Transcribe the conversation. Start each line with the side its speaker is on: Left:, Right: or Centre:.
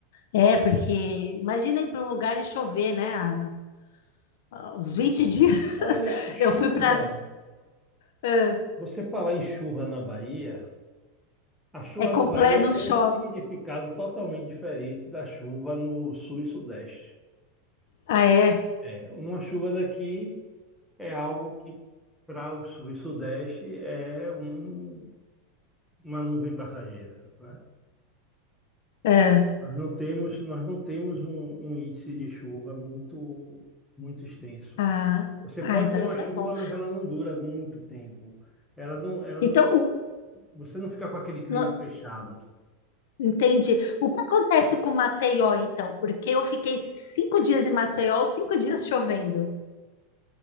Left: É, porque imagina ir para um lugar e chover, né? A- a- Os 20 dias <laughs>
Centre: Olha, chuva.
Left: eu fui para é,
Centre: Você falar em chuva na Bahia, a chuva
Left: é completo,
Centre: na Bahia
Left: não
Centre: tem
Left: chove.
Centre: um significado totalmente diferente da chuva no sul e sudeste.
Left: Ah, é?
Centre: É, uma chuva daqui é algo que para o sul e sudeste é um- uma nuvem passageira, né?
Left: É.
Centre: Nós não temos, nós não temos um, um índice de chuva muito, muito extenso.
Left: Ah,
Centre: Você
Left: ah,
Centre: pode
Left: então
Centre: ter uma
Left: isso
Centre: chuva,
Left: é bom.
Centre: mas ela não dura muito tempo. Ela não, ela
Left: Então,
Centre: não,
Left: o,
Centre: você não fica com aquele clima
Left: no-
Centre: fechado.
Left: entendi. O que acontece com Maceió, então? Porque eu fiquei cinco dias em Maceió, cinco dias chovendo.